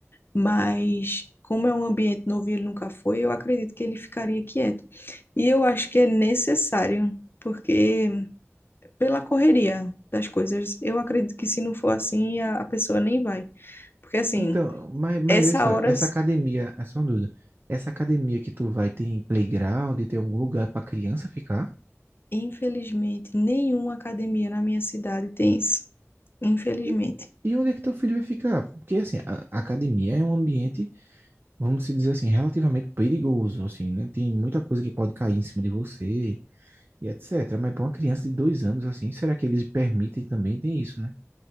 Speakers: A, on the left (about 45°); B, on the right (about 45°).
A: Mas como é um ambiente novo e ele nunca foi, eu acredito que ele ficaria quieto. E eu acho que é necessário, porque pela correria das coisas, eu acredito que se não for assim, a, a pessoa nem vai. Porque assim,
B: Então, mas, mas
A: essa
B: vê só,
A: hora
B: essa academia, é só uma dúvida. Essa academia que tu vai tem playground, tem algum lugar pra criança ficar?
A: Infelizmente, nenhuma academia na minha cidade tem isso. Infelizmente.
B: E, e onde é que teu filho vai ficar? Porque, assim, a, a academia é um ambiente, vamos se dizer assim, relativamente perigoso, assim, né? Tem muita coisa que pode cair em cima de você e etc. Mas pra uma criança de dois anos, assim, será que eles permitem também? Tem isso, né?